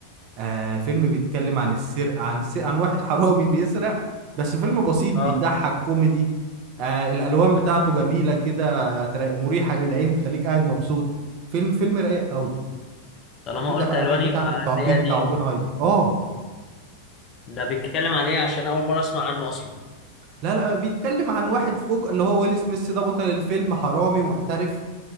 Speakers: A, on the right (about 40°); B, on the left (about 30°).
A: آه فيلم بيتكلم عن السرقه عن س... عن واحد حرامي بيسرق بس فيلم بسيط بيضحك
B: اه
A: كوميدي آه الالوان بتاعته جميله كده تر- مريحه للعين تخليك قاعد مبسوط فيلم فيلم رايق قوي
B: طالما
A: بعيده
B: قلت
A: بقى
B: الوان
A: بعيد
B: يبقى
A: عن التعقيد
B: هتلاقيه قديم
A: بتاع اوبنهايمر اه
B: ده بيتكلم عن ايه عشان اول مره اسمع عنه اصلا
A: لا لا بيتكلم عن واحد فوق اللي هو ويل سميث ده بطل الفيلم حرامي محترف